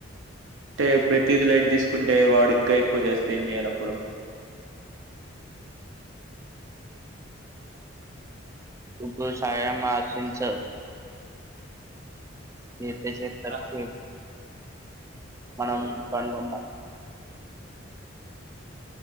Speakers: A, on the right; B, on the right.
A: అంటే ప్రతిదిీ లైట్ తీసుకుంటే వాడు ఇంకా ఎక్కువ చేస్తే ఏం చేయాలి అప్పుడు
B: ఉ సాయం మా ఆసించ తీసేటట్టు
A: ఆ,
B: మనం పదు <inaudible>